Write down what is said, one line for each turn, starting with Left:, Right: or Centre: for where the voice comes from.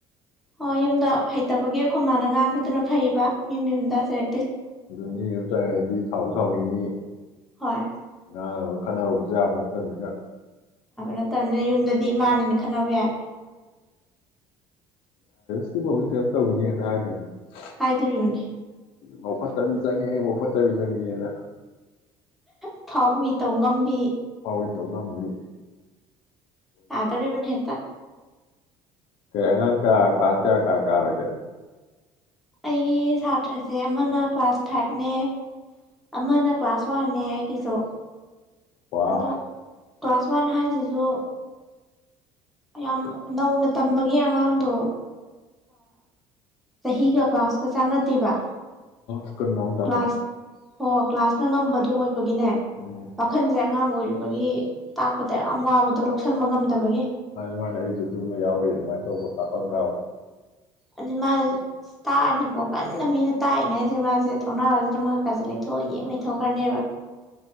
Centre: ꯑꯣ ꯌꯨꯝꯗ ꯍꯩꯇꯕꯒꯤ ꯑꯩꯈꯣꯏ ꯃꯥꯅ ꯉꯥꯡꯕꯗꯨꯅ ꯐꯩꯕ ꯃꯤ ꯌꯨꯝꯗꯖꯔꯦ
Left: ꯑꯗꯨ ꯌꯥ ꯆꯥꯏꯗꯤ ꯁꯥꯎꯕ ꯁꯥꯎꯅꯤꯡꯅꯤ
Centre: ꯍꯣꯏ
Left: ꯉ ꯈꯟꯅꯔꯨꯕꯖꯥꯕ ꯅꯠꯇꯕꯅꯤꯅ
Centre: ꯑ ꯠꯇꯕꯅꯤꯅ ꯌꯨꯝꯗꯗꯤ ꯏꯃꯥꯅꯦꯅ ꯈꯟꯅꯕ ꯌꯥꯏ
Left: ꯁꯤꯐ ꯍꯧꯖꯤꯛ ꯀꯩꯅꯣꯝ ꯇꯧꯏꯅꯦ <unintelligible>
Centre: ꯍꯥꯏ ꯗꯣꯏꯔꯤꯕꯅꯤ
Left: ꯃꯧ ꯐꯠꯇꯕꯤ ꯆꯪꯉꯦ ꯂꯧꯐꯠꯇꯕꯤ ꯆꯪꯉꯦꯅ
Centre: ꯑꯐꯧꯎꯕꯤ ꯇꯧ ꯉꯝꯕꯤ
Left: ꯍꯣꯏ ꯇꯧ ꯉꯕꯤꯌꯨ
Centre: ꯇꯥ ꯇꯣꯔꯕꯨꯟ ꯍꯦꯛꯇ
Left: ꯀꯉꯥꯡ ꯀꯥ ꯀ ꯀ ꯀꯥ ꯀꯥꯔꯒꯦ
Centre: ꯑꯩꯒꯤ ꯁꯥꯇ꯭ꯔꯁꯦ ꯑꯃꯅ ꯀ꯭ꯂꯥꯁ ꯐꯥꯏꯚꯅꯦ ꯑꯃꯅ ꯀ꯭ꯂꯥꯁ ꯋꯥꯟꯅꯦ ꯑꯩꯒꯤꯁꯨ
Left: ꯋꯥ
Centre: ꯑꯗꯣ ꯀ꯭ꯂꯥꯁ ꯋꯥꯟ ꯍꯥꯏꯁꯤꯁꯨ ꯌꯥꯝ ꯅꯧꯅ ꯇꯝꯕꯒꯤ ꯑꯉꯥꯡꯗꯣ ꯆꯍꯤꯒ ꯀ꯭ꯂꯥꯁꯀ ꯆꯥꯟꯅꯗꯦꯕ
Left: ꯁ꯭ꯀꯨꯜ ꯑꯃ ꯇꯝꯃꯦ
Centre: ꯀ꯭ꯂꯥꯁ ꯍ ꯀ꯭ꯂꯥꯁꯅ ꯉꯝꯕꯗꯨ ꯑꯣꯏꯕꯒꯤꯅꯦ
Left: ꯎꯝ
Centre: ꯋꯥꯈꯟꯁꯦ ꯑꯉꯥꯡ ꯑꯣꯏꯔꯤꯕꯒꯤ ꯇꯥꯛꯄꯗ ꯌꯥꯝ ꯋꯥꯕꯗꯣ ꯂꯧꯁꯤꯟꯕ ꯉꯝꯗꯕꯒꯤ
Left: ꯑꯗꯨꯃꯥꯏꯅ ꯑꯩꯁꯨ ꯑꯗꯨꯃ ꯌꯥꯎꯔꯤ ꯑꯗꯨꯃꯥꯏꯅ ꯇꯧꯕ ꯀꯥꯞꯐꯝ ꯀꯥꯎꯋꯦ
Centre: ꯑꯗꯨ ꯃꯥꯁꯦ ꯇꯥꯛꯑꯅꯤꯀꯣ ꯀꯟꯅ ꯃꯤꯅ ꯇꯥꯛꯏꯅꯦ ꯍꯥꯏꯁꯤꯦ ꯃꯥꯁꯦ ꯊꯣꯡꯅꯥꯎꯁꯤꯗ ꯃꯍꯥꯛꯛꯀꯥꯁꯦ ꯂꯩꯊꯣꯛꯑ ꯌꯦꯡ ꯂꯩꯊꯣꯛꯈ꯭ꯔꯅꯦꯕ